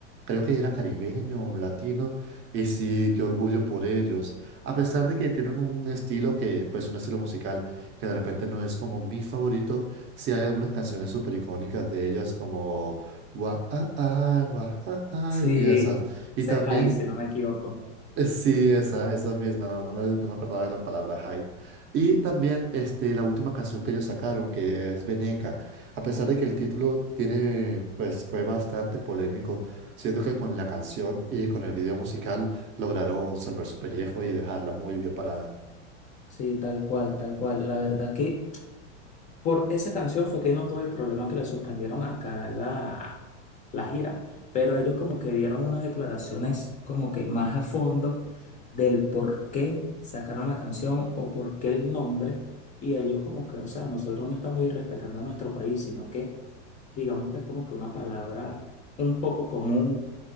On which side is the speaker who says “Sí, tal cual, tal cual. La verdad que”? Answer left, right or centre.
Left